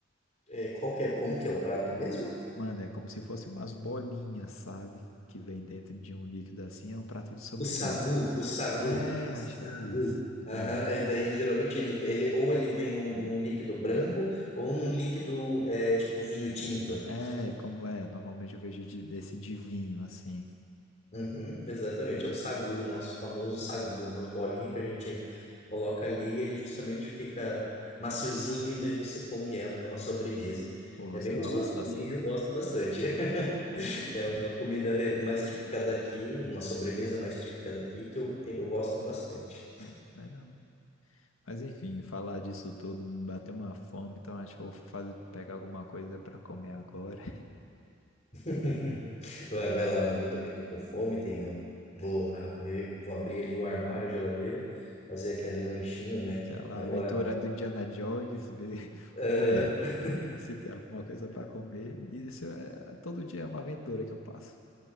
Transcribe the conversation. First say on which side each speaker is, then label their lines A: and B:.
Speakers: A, on the left; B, on the left.
A: É, qual que é... Como que é o prato mesmo?
B: Mano, é como se fosse umas bolinhas, sabe? Que vem dentro de um líquido assim. É um prato de sobremesa.
A: O sagu, o sagu,
B: É,
A: sagu.
B: acho que é isso.
A: Aham,
B: Aham.
A: E daí geralmente ele, ele ou ele vem num, num líquido branco ou num líquido é, tipo vinho tinto.
B: É, como é. Normalmente eu vejo de, desse de vinho, assim.
A: Uhum, exatamente, é o sagu, o nosso famoso sagu, umas bolinhas que a gente coloca ali e ele justamente fica maciozinho e daí você come ela, é uma sobremesa.
B: Pô,
A: É
B: você
A: bem
B: gosta
A: gostoso também,
B: assim?
A: eu gosto bastante. <laughs>
B: Ah, interessante.
A: É uma comida re- mais típica daqui, uma sobremesa mais típica daqui que eu, te- eu gosto bastante.
B: Ah, legal. Mas enfim, falar disso tudo me bateu uma fome, então acho que eu vou fazer, pegar alguma coisa para comer agora.
A: <laughs>
B: <laughs>
A: Vai, vai
B: Beleza?
A: lá, mano. Eu também tô com fome, tenho. Vou, abrir- vou abrir ali o armário, a geladeira, fazer aquele lanchinho, né?
B: Aquela
A: Agora.
B: aventura do Indiana Jones, ver <laughs> o
A: Aham.
B: que, o que se tem alguma coisa para comer. E Isso é todo dia é uma aventura que eu passo.